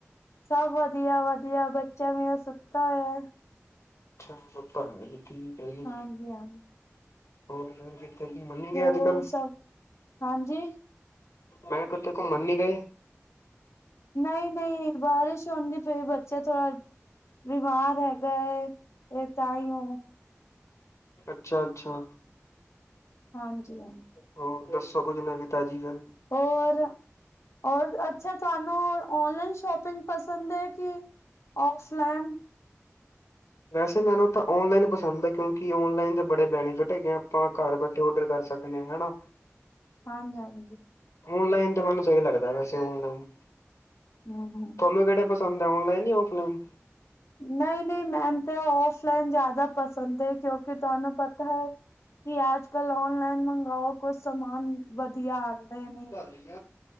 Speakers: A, on the left; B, on the left.
A: ਸਭ ਵਧੀਆ-ਵਧੀਆ ਬੱਚਾ ਵੀ ਓ ਸੁੱਤਿਆ ਹੋਇਆ।
B: ਅੱਛਾ ਸੁਤਾ ਹੈਗਾ ਜੀ ਠੀਕ ਹੈ ਜੀ
A: ਹਾਂਜੀ-ਹਾਂਜੀ।
B: ਹੋਰ ਫੇਰ ਕਿਥੇ ਘੁਮਣ ਨੀ
A: ਹੋਰ
B: ਗੇ ਅੱਜ-ਕੱਲ?
A: ਸਭ ਹਾਂਜੀ
B: ਮੈਂ ਕਿੱਥੇ ਘੁੰਮਣ ਨੀ ਗੇ?
A: ਨਈ-ਨਈ ਬਾਰਿਸ਼ ਹੁੰਦੀ ਪਈ ਬੱਚਾ ਥੋੜਾ, ਬਿਮਾਰ ਹੈਗਾ ਏ। ਇਹ ਤਾਂਹੀ ਉ
B: ਅੱਛਾ-ਅੱਛਾ।
A: ਹਾਂਜੀ-ਹਾਂਜੀ।
B: ਹੋਰ ਦੱਸੋ ਕੁੱਝ ਨਵੀਂ ਤਾਜ਼ੀ ਫੇਰ?
A: ਹੋਰ ਔਰ ਅੱਛਾ ਤੁਆਨੂੰ ਔਨਲਾਈਨ ਸ਼ੋਪਿੰਗ ਪਸੰਦ ਐ ਕੀ ਔਫਲਾਈਨ।
B: ਵੈਸੇ ਮੈਨੂੰ ਤਾਂ ਔਨਲਾਈਨ ਪਸੰਦ ਐ, ਕਿਉਂਕਿ ਔਨਲਾਈਨ ਦੇ ਬੜੇ ਬੈਨੀਫਿਟ ਹੈਗੇ ਆ, ਆਪਾਂ ਘਰ ਬੈ ਤੋ ਔਡਰ ਕਰ ਸਕਦੇ ਹੈਨਾ।
A: ਹਾਂਜੀ-ਹਾਂਜੀ।
B: ਔਨਲਾਈਨ ਤੇ ਮੈਨੂੰ ਸਹੀ ਲੱਗਦਾ ਵੈਸੇ ਔਨਲਾਈਨ।
A: ਹੂੰ-ਹੂੰ।
B: ਤੁਹਾਨੂੰ ਕਿਹੜੇ ਪਸੰਦ ਐ ਔਨਲਾਈਨ ਯਾ ਔਫਲਾਈਨ।
A: ਨਈ-ਨਈ ਮੈਨੂੰ ਤਾਂ ਔਫਲਾਈਨ ਜ਼ਿਆਦਾ ਪਸੰਦ ਐ, ਕਿਉਂਕਿ ਤੁਆਨੂੰ ਪਤਾ ਐ ਕਿ ਅੱਜ-ਕੱਲ ਔਨਲਾਈਨ ਮੰਗਓ ਕੁਛ ਸਮਾਨ ਵਧੀਆ ਆਦਾ ਨਈ।
B: <inaudible>